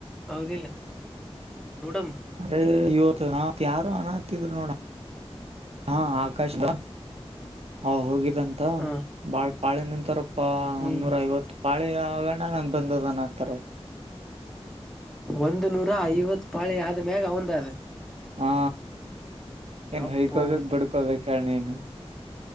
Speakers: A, in the centre; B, on the right.
A: ಹೌದಿಲ್ಲ ನಡಂ
B: ಅ ಇವತ್ತು ಯಾರು ಅನ ಹತ್ತಿದ್ರು ನೋಡ ಹಾ ಆಕಾಶ ಹ ಹೋಗಿದಂತ
A: ಹ
B: ಬಾಳ್ ಪಾಳೆ ನಿಂತಾರ
A: ಹ್ಮ್
B: ಒನ್ನೂರ ಐವತ್ತು ಪಾಳಿ ಆಗೋಣ ನನ್ ಬಂದದನ್ನತಾರ
A: ಒಂದು ನೂರ ಐವತ್ತು ಪಾಳಿ ಆದ ಮ್ಯಾಗ ಒಂದ ಅಾದ
B: ಹಾ ಏನ್
A: ಯಪ್ಪೋ
B: ಹೈಕೋಬೇಕು ಬಡ್ಕೋಬೇಕ ಎಣ ಏನು